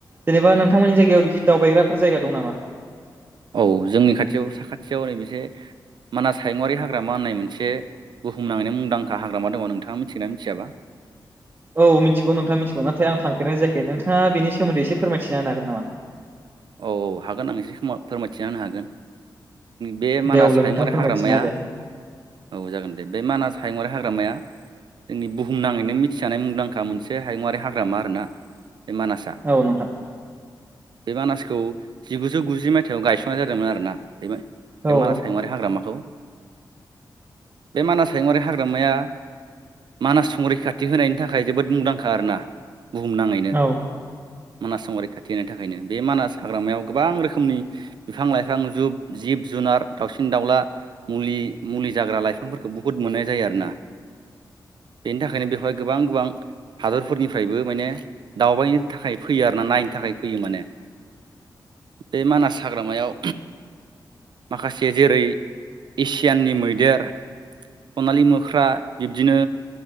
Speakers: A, on the right (about 30°); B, on the right (about 70°).
A: जेनेबा नोंथांमोननि जायगायाव बिदि दावबायग्राफोर जायगा दं नामा?
B: औ जोंनि खाथियाव साखाथियाव नै मोनसे मानास हायमुआरारि हाग्रामा होननाय मोनसे बुहुम नाङैनो मुंदांखा हाग्रामा दनङ नोंथांङा मिथिगोनना मिथियाबा।
A: औ मिथिगौ नोंथां मिथिगौ नाथाय आं थांफेरनाय जायाखै नोंथांङा बेनि सोमोन्दै एसे फोरमायथिना होनो हागोन नामा
B: औ औ हागोन आं एसे खा फोरमायथिना होनो हागोन बे मानास
A: दे अब्ला
B: हाहुंङारि
A: नोंथां फोरमायथिना
B: हाग्रामाया
A: होदो
B: औ जागोन दे बे मानास। हायुङारि हाग्रामाया जोंनि बुहुमनाङैनो मिथिजानाय मुंदांखा मोनसे हाहुंङारि हाग्रामा आरोना मानासा
A: औ नोंथां
B: मानासखौ खौ जिगुजौ गुजि मायथाइयाव गायसननाय जादोंमोन आरो ना । बे
A: औ
B: मानास हायुंङारि हाग्रामाखौ बे मानास हायुंङारि हाग्रामाया मानास संरैखाथि होनायनि थाखाय जोबोद मुंदांखा आरोना। बुहुमनांङैनो
A: औ
B: मानास महरै रैखाथि होननि थाखायनो बे मानास हाग्रामायाव गोबां रोखोमनि बिफां-लाइफां जुब-जिब जुनार दाउसिन-दाउला मुलि-मुलि जाग्रा लाइफांफोरखौ बुहुद मोननाय जायो आरोना बेनि थाखायनो बेवहाय गोबां- गोबां हादरफोरनिफ्रायबो माने दावबायनि थाखाय फैयो आरोना नायनो थाखाय फैयो माने। बे मानास हाग्रामायाव माखासे जेरै एसियाननि मैदेर सनालि मोख्रा बिब्दिनो